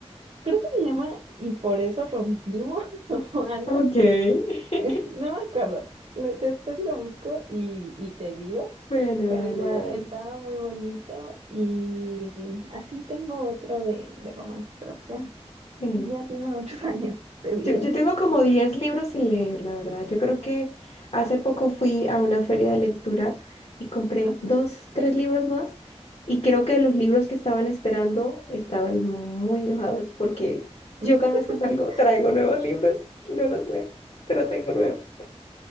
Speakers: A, on the right (about 65°); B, on the left (about 65°).
A: Creo que se llama Y por eso rompimos <laughs> o algo
B: Ok.
A: así.
B: <laughs>
A: <laughs> No me acuerdo. Lo- Después lo busco y, y te digo.
B: Bueno,
A: Pero
B: dale,
A: igual,
B: dale.
A: estaba muy bonito y así tengo otro de, de romance, pero pues ya,
B: Sí.
A: ya tiene muchos <laughs> años, te digo.
B: Yo, yo tengo como 10 libros sin leer, la verdad. Yo creo que hace poco fui a una feria de lectura y compré
A: Ajá.
B: dos, tres libros más y creo que los libros que estaban esperando estaban muy enojados porque
A: <laughs>
B: yo cada vez que salgo traigo nuevos libros y no los leo, pero tengo nuevos.